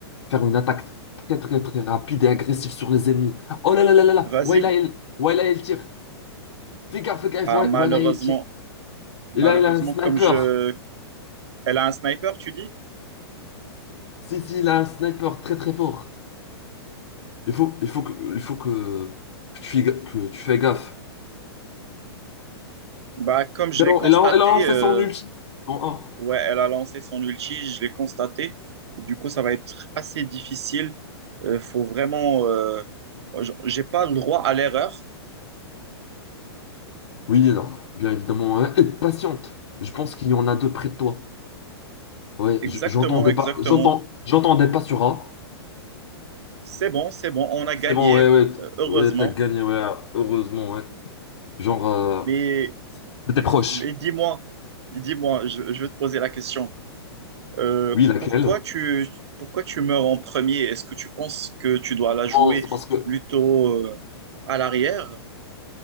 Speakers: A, on the left (about 80°); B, on the right (about 75°).
A: faire une attaque très très très rapide et agressive sur les ennemis. Oh là là là là là.
B: Vas-y.
A: Ouais là il, ouais là il tire. Fais gaffe, fais gaffe.
B: Ah,
A: Ouais,
B: malheureusement.
A: ouais, là il tire.
B: Malheureusement,
A: Et là il a un sniper.
B: comme je... Elle a un sniper, tu dis?
A: Si si, il a un sniper très très fort. Il faut, il faut que, il faut que tu fais, ga- que tu fais gaffe.
B: Bah, comme je
A: Et là,
B: l'ai constaté,
A: elle a, elle a lancé
B: euh,
A: son ulti en un.
B: ouais, elle a lancé son ulti, je l'ai constaté. Du coup, ça va être assez difficile. Euh, faut vraiment... euh, j- J'ai pas le droit à l'erreur.
A: Oui, non. Bien évidemment, hein. Et patiente. Je pense qu'il y en a deux près de toi. Ouais,
B: Exactement,
A: j- j'entendais
B: exactement.
A: pas, j'entends, j'entendais pas sur A.
B: C'est bon, c'est bon, on a
A: C'est
B: gagné,
A: bon, ouais, ouais, t-
B: euh, heureusement.
A: ouais, t'as gagné, ouais, heureusement, ouais. Genre, euh,
B: Mais,
A: t'étais proche.
B: mais dis-moi, dis-moi, je, je veux te poser la question. Euh,
A: Oui, laquelle?
B: pourquoi tu, pourquoi tu meurs en premier? Est-ce que tu penses que tu dois la jouer
A: Non, c'est parce que,
B: plutôt euh, à l'arrière?